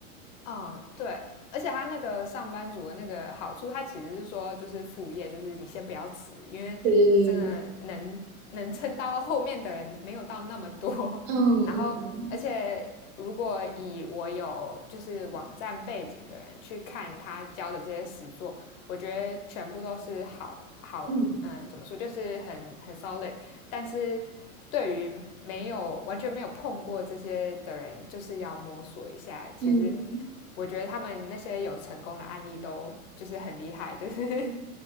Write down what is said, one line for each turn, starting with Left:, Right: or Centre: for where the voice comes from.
Left: 哦，对，而且他那个上班族的那个好处，他其实是说就是副业，就是你先不要辞，因为真的能能撑到后面的人没有到那么多。
Right: 对对对对对，嗯嗯嗯
Left: 然后，而且如果以我有就是网站背景的人去看他教的这些实作，我觉得全部都是好好，
Right: 嗯
Left: 嗯，怎么说，就是很很 solid，但是。对于没有完全没有碰过这些的人，就是要摸索一下。其实
Right: 嗯，
Left: 我觉得他们那些有成功的案例都就是很厉害，<laughs> 就是